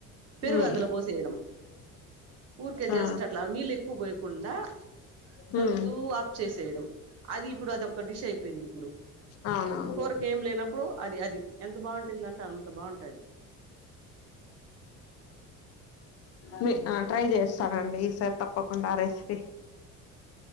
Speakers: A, on the right; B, on the left.
A: పరుగుందుల
B: హ్మ్.
A: పూసయడంము ఊరికే
B: ఆ!
A: జస్ట్ అట్లా నీళ్ళు ఎక్కువ పోయకుండా
B: హ్మ్.
A: కలుపుతూ ఆఫ చేసేయడం అది ఇప్పుడు అదొక డిష్ అయిపోయింది ఇప్పుడు
B: అవునవును.
A: కోరక ఏం లేనప్పుడు అది అది ఎంత బాగుంటుందంటే అంత బాగుంటది
B: మీ ట్రై చేస్తానండి ఈసారి తప్పకుండా ఆ రెసిపీ